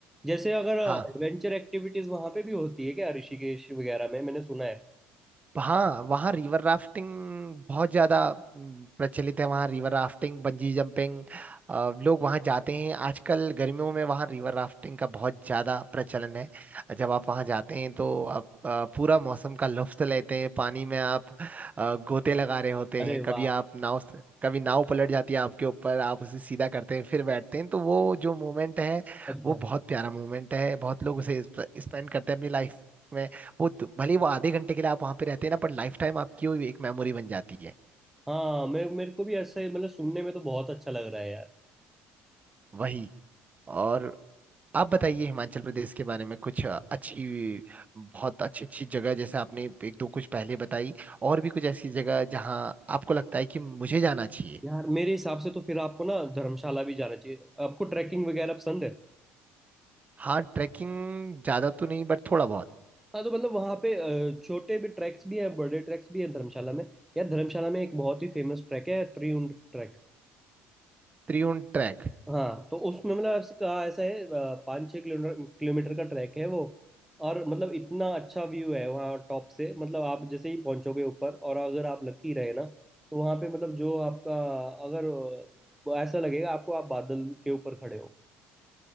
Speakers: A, in the centre; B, on the right (about 30°).
A: जैसे अगर
B: हाँ
A: एडवेंचर एक्टिविटीज़ वहाँ पे भी होती है क्या ऋषिकेश वगैरह में मैंने सुना है
B: हाँ वहाँ रिवर राफ्टिंग बहुत ज्यादा म, प्रचलित है वहाँ रिवर राफ्टिंग बंजी जंपिंग अ, लोग वहाँ जाते हैं आजकल गर्मियों में वहाँ रिवर राफ्टिंग का बहुत ज्यादा प्रचलन है जब आप वहाँ जाते हैं तो आप अ, पूरा मौसम का लुत्फ लेते हैं पानी में आप अ, गोते लगा रहे होते
A: अरे
B: हैं कभी
A: वाह
B: आप नाव से- कभी नाव पलट जाती है आपके ऊपर आप उसे सीधा करते हैं फिर बैठते हैं तो वो जो मोमेंट है
A: अच्छा
B: वो बहुत प्यारा मोमेंट है बहुत लोग उसे स्पेंड करते हैं अपनी लाइफ वो दु- भले ही वो आधे घंटे के लिए आप वहां पे रहते हैं ना पर लाइफ टाइम आपकी वो एक मेमोरी बन जाती है
A: हाँ मेरे मेरे को भी ऐसे मतलब सुनने में तो बहुत अच्छा लग रहा है यार
B: वही और आप बताइए हिमाचल प्रदेश के बारे में कुछ अ, अच्छी बहुत अच्छी अच्छी जगह जैसे आपने एक दो कुछ पहले बताई और भी कुछ ऐसी जगह जहां आपको लगता है कि मुझे जाना चाहिए
A: यार मेरे हिसाब से तो फिर आपको ना धर्मशाला भी जाना चाहिए आपको ट्रैकिंग वगैरह पसंद है
B: हाँ ट्रैकिंग ज्यादा तो नहीं बट थोड़ा बहुत
A: हाँ तो मतलब वहाँ पे अ, छोटे भी ट्रैक्स भी हैं बड़े ट्रैक्स भी हैं धर्मशाला में यार धर्मशाला में एक बहुत ही फेमस ट्रैक है त्रिउंड ट्रैक
B: त्रिउंड ट्रैक
A: हाँ तो उसमें मतलब ऐसे कहा ऐसा है अ, पाँच छः किलोमीटर किलोमीटर का ट्रैक है वो और मतलब इतना अच्छा व्यू है वहाँ टॉप से मतलब आप जैसे ही पहुँचोगे ऊपर और अगर आप लकी रहे ना तो वहाँ पे मतलब जो आपका अगर अ, ऐसा लगेगा आपको आप बादल के ऊपर खड़े हो